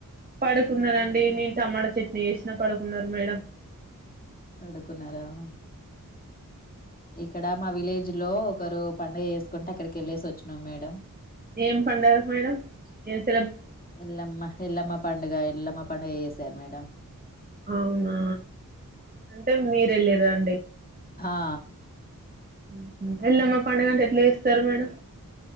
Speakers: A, on the right; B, on the left.
A: పడుకున్నారండి నేను టమాటా చట్నీ వేసినా పడుకున్నారు మేడం.
B: పడుకున్నారా? మ్ ఇక్కడ మా విలేజ్ లో ఒకరు పండుగ చేసుకుంటే అక్కడికి వెళ్ళేసి వచ్చినాం మేడం.
A: ఏం పండగ మేడం ఏస్
B: ఎల్లమ్మ హేల్లమ్మ పండుగ ఎల్లమ పండుగ చేసారు మేడం
A: అవునా అంటే మీరెళ్ళారా అండి
B: హ ఆ
A: మ్ హు ఎల్లమ్మ పండుగంటె ఎట్ల చేస్తారు మేడం?